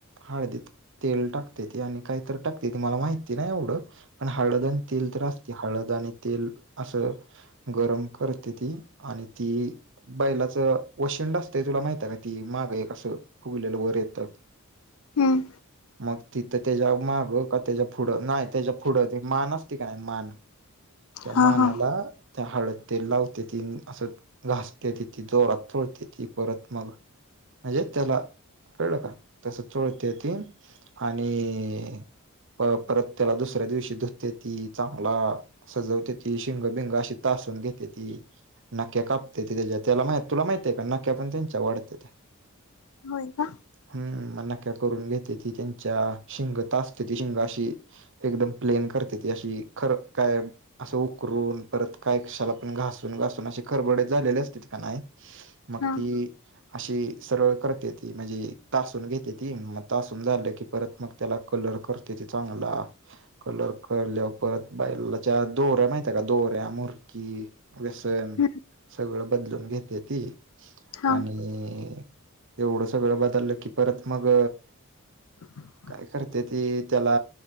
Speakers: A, on the right; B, on the left.
A: हळदीत तेल टाक ते ती, आणि काही तर टाकते ती, मला माहिती नाही एवढं, पण हळद आणि तेल तर असते. हळद आणि तेल अस गरम करतेती आणि ती बैलाच वशी ंड असते तुला माहित आहे का ती. माग एक असं. फुगलेलं वर येत
B: हम्म
A: मग त्याच्या माग, का त्याच्या पुुढं, नाही त्याच्या पुुढं मान असते का नाही मान त्या मानाला
B: हा हा
A: हळद तेल लावतेती. असं घासतेती. चोळतेती परत मग. म्हणजे त्याला कळलं का, तस चोळतेती. आणि. परत त्याला दुसऱ्या दिवशी धुततेती. चांगला सजवतेती, शिंग- बिंग अशी ता तासून घेतेती. नाक्या कापतेती. त्याज्या मा तुला माहिते का नक्या पण त्यांच्या वाढतेत्या.
B: होय का
A: हम्म मग नक्या करून घेतेती त्यांची. ज्या शिंग तासतेती, शिंग अशी एकदम प्लेन करतेती, अशी खर काय असं उकरून, परत काय क्षाला पण घासून-घासून असे खरबडेत झालेले असते का नाही. मग
B: हा
A: ती अशी सरळ करत्यातीती, म्हणजे तासून घेतेत्याती, मग तासून झालं की परत मग त्याला कलर करतेती, चांगला कलरकेल्यावर परत बैलाच्या दोन दोऱ्या माहित आहे का दोऱ्या, मुर्की, व्यसन,
B: हम्म
A: सगळं बदलून घेते ती
B: हा
A: आणि एवढं सगळं बदललं की परत मग,
B: ह
A: काय करते ती त्याला